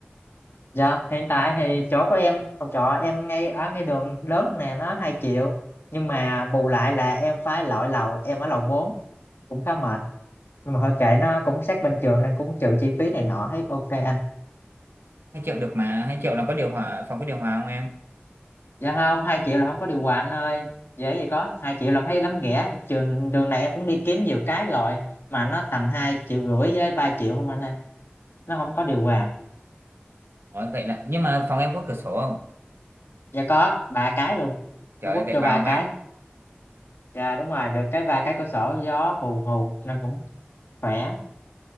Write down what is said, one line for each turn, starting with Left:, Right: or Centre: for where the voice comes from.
Left: Dạ, hiện tại thì chỗ của em, phòng trọ em ngay ở ngay đường lớn nè, nó 2 triệu. Nhưng mà bù lại là em phải lội lầu, em ở lầu bốn cũng khá mệt nhưng mà thôi kệ nó cũng sát bên trường nên cũng trừ chi phí này nọ thấy ok anh
Right: hai triệu được mà, 2 triệu là có điều hòa, phòng có điều hòa không em?
Left: dạ không hai triệu là không có điều hòa anh ơi dễ gì có hai triệu làm thấy lắm ghẻ trường đường này em cũng đi kiếm nhiều cái rồi mà nó tầm hai triệu rưỡi với ba triệu không anh ơi nó không có điều hòa
Right: Ủa, vậy là, nhưng mà phòng em có cửa sổ không?
Left: dạ có ba cái luôn
Right: Trời
Left: nó quất
Right: ơi, vậy
Left: cho
Right: bao
Left: ba
Right: mát.
Left: cái dạ đúng rồi được cái ba cái cửa sổ gió hù hù nên cũng khỏe